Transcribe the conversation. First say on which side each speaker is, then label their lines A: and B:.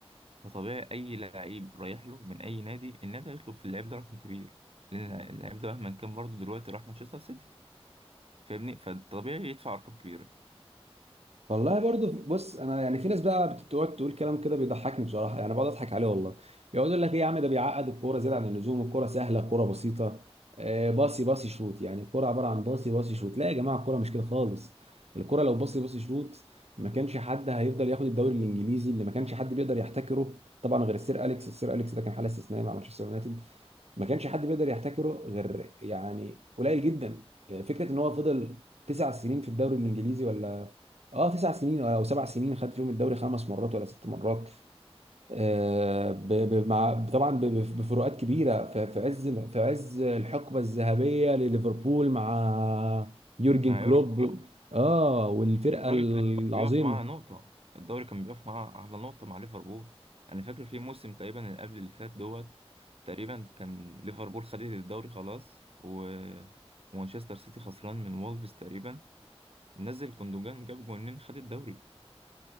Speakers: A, on the right; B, on the right.
A: فطبيعي اي لعيب رايح له من اي نادي النادي هيطلب في اللعيب ده رقم كبير لان اللعيب ده مهما كان برضه دلوقتي راح مانشستر سيتي فاهمني فطبيعي يدفع ارقام كبيره
B: والله برضو في- بص انا يعني في ناس بقى بتقعد تقول كلام كده بيضحكني بصراحه يعني بقعد اضحك عليه والله يقعد يقول لك ايه يا عم ده بيعقد الكوره زياده عن اللزوم الكوره سهله الكوره بسيطه آه، باصي باصي شوت يعني الكوره عباره عن باصي باصي شوت لا يا جماعه الكوره مش كده خالص الكوره لو باصي باصي شوت ما كانش حد هيفضل ياخد الدوري الانجليزي اللي ما كانش حد بيقدر يحتكره طبعا غير السير اليكس السير اليكس ده كان حاله استثنائيه مع مانشستر يونايتد ما كانش حد بيقدر يحتكره غير يعني قليل جدا فكره ان هو فضل تسع سنين في الدوري الانجليزي ولا اه تسع سنين او سبع سنين خد فيهم الدوري خمس مرات ولا ست مرات آه ب... ب... مع طبعا ب... ب- بفروقات كبيره في... في عز ال- في عز الحقبه الذهبيه لليفربول مع يورجن
A: مع
B: كلوب
A: يورجن كلوب
B: اه والفرقه العظيمه
A: الراجل كان بيقف معاه على نقطة الدوري كان بيقف معاه على نقطة مع ليفربول أنا فاكر في موسم تقريبا اللي قبل اللي فات دوت تقريبا كان ليفربول خدت الدوري خلاص و... ومانشستر سيتي خسران من وولفز تقريبا نزل كوندوجان جاب جونين خد الدوري